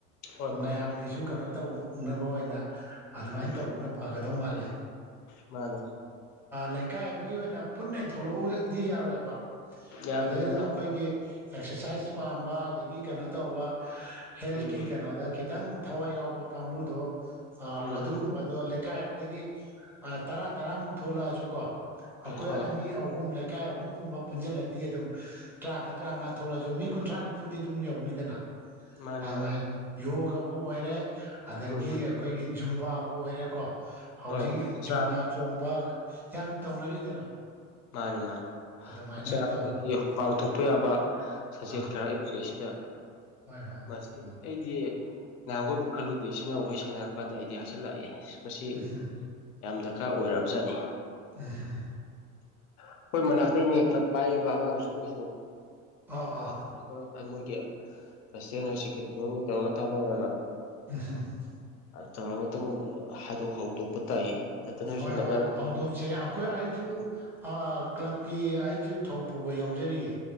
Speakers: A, on the left; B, in the centre.
A: ꯍꯣꯏ ꯍꯣꯏ
B: ꯃꯌꯥꯝꯒꯤꯁꯨ
A: ꯍꯣꯏ
B: ꯀꯩꯅꯣ ꯇꯧꯅꯕ ꯑꯣꯏꯅ ꯑꯗꯨꯃꯥꯏꯅ
A: ꯎꯝ
B: ꯇꯧꯕꯅ ꯐꯒꯗꯧ ꯃꯥꯜꯂꯦ
A: ꯃꯥꯅꯤ
B: ꯂꯩꯀꯥꯏ ꯑꯃꯒꯤ ꯑꯣꯏꯅ ꯄꯨꯟꯅ ꯊꯣꯛꯂꯛꯎꯗꯤ ꯌꯥꯔꯣꯏꯕ
A: ꯌꯥꯔꯣꯏ
B: ꯃꯗꯩꯗ
A: ꯌꯥꯔꯣꯏ
B: ꯑꯩꯈꯣꯏꯒꯤ ꯑꯦꯛꯁꯔꯁꯥꯏꯁ ꯄꯥꯝꯕ ꯑꯗꯒꯤ ꯀꯩꯅꯣ ꯇꯧꯕ ꯍꯦꯜꯀꯤ
A: ꯎꯝ
B: ꯀꯩꯅꯣꯗ ꯈꯤꯇꯪ ꯊꯋꯥꯏ ꯌꯥꯎꯕ ꯀꯥꯡꯕꯨꯗꯣ ꯑ
A: ꯎꯝ
B: ꯑꯗꯨꯒꯨꯝꯕ
A: ꯎꯝ
B: ꯑꯗꯣ ꯂꯩꯀꯥꯏ ꯑꯃꯗꯒꯤ ꯇꯔꯥ ꯇꯔꯥꯃꯨꯛ ꯊꯣꯛꯂꯛꯑꯁꯨ ꯀꯣ ꯑꯩꯈꯣꯏ
A: ꯍꯣꯏ
B: ꯑꯅꯤ ꯑꯍꯨꯝ ꯂꯩꯀꯥꯏ ꯑꯍꯨꯝꯒꯨꯝꯕ ꯄꯨꯟꯁꯤꯜꯂꯗꯤ ꯑꯗꯨꯝ ꯇꯔꯥꯃꯉꯥ ꯇꯔꯥꯃꯉꯥ ꯊꯣꯛꯂꯁꯨ ꯃꯤ ꯀꯨꯟꯊ꯭ꯔꯥ ꯅꯤꯐꯨꯗꯤ ꯑꯗꯨꯝ ꯌꯧꯅꯤꯗꯅ
A: ꯃꯥꯅꯤ
B: ꯑꯗꯨꯃꯥꯢ
A: ꯃꯥꯅꯤ
B: ꯌꯣꯒꯕꯨ ꯑꯣꯏꯔꯦ ꯑꯗꯒꯤ
A: ꯎꯝ
B: ꯑꯩꯈꯣꯏꯒꯤ ꯖꯨꯝꯕꯥꯕꯨ ꯑꯣꯏꯔꯦꯀꯣ ꯍꯧꯖꯤꯛ
A: ꯍꯣꯏ ꯍꯛꯆꯥꯡ
B: ꯖꯨꯝꯕꯥ ꯖꯨꯝꯕ ꯆꯣꯡꯕ ꯌꯥꯝ ꯇꯧꯅꯔꯤꯗꯅ
A: ꯃꯥꯅꯤ ꯃꯥꯅꯤ
B: ꯑꯗꯨꯃꯥꯏꯅ
A: ꯍꯛꯆꯥꯡ ꯑꯩꯈꯣꯏꯒꯤ
B: ꯇꯧꯕ
A: ꯃꯥꯡꯊꯣꯛꯄ ꯌꯥꯕ ꯁꯥꯖꯦꯜ
B: ꯑꯥ
A: ꯈꯔ ꯁꯤꯗꯩꯁꯤꯗ
B: ꯍꯣꯏ ꯍꯣꯏ
A: ꯃꯁꯤ
B: ꯎꯝ
A: ꯑꯩꯗꯤ ꯅꯍꯥꯟꯈꯣꯏꯕꯨ ꯈꯜꯂꯨꯗꯦ ꯏꯆꯤꯟ ꯏꯅꯥꯎ ꯋꯥꯔꯤ ꯁꯥꯟꯅꯔꯀꯥꯟꯗ ꯑꯥꯏꯗꯤꯌꯥꯁꯤ ꯂꯥꯛꯑꯦ ꯃꯁꯤ
B: ꯎꯝꯍꯨꯝ
A: ꯌꯥꯝ ꯗꯔꯀꯥꯔ ꯑꯣꯏꯔꯛꯑꯕ ꯖꯥꯠꯅꯤ
B: <unintelligible>
A: ꯑꯩꯈꯣꯏ ꯃꯅꯥꯛꯇꯩꯅꯦ ꯀ꯭ꯂꯕ ꯄꯥꯏꯔꯤꯕ ꯑꯉꯥꯡꯗꯨꯁꯨ ꯑꯩꯈꯣꯏꯁꯨ
B: ꯑꯥ
A: ꯃꯉꯥ
B: ꯑꯥ
A: ꯇꯔꯨꯛ ꯃꯣꯏꯒꯤ ꯄ꯭ꯔꯁꯤꯗꯦꯟ ꯑꯣꯏ ꯁꯦꯀ꯭ꯔꯦꯇꯔꯤ ꯑꯣꯏ ꯃꯣꯏ ꯇꯧꯔꯒ ꯇꯥꯟꯅꯔꯒ
B: <unintelligible>
A: ꯇꯧꯔꯒꯇꯪ ꯑꯥ ꯍꯪꯗꯣꯛꯄ ꯇꯥꯏꯌꯦ ꯅꯠꯇ ꯅꯣꯏꯁꯨ
B: ꯍꯣꯏ
A: ꯅꯛꯅꯔꯗꯤ
B: ꯍꯣꯏ ꯍꯧꯗꯣꯛꯁꯦ ꯑꯩꯈꯣꯏ ꯑꯩꯁꯨ
A: ꯎꯝ
B: ꯑꯥ ꯀ꯭ꯂꯕꯀꯤ ꯑꯩꯁꯨ ꯊꯧ ꯄꯨꯕ ꯌꯥꯎꯖꯔꯤꯌꯦ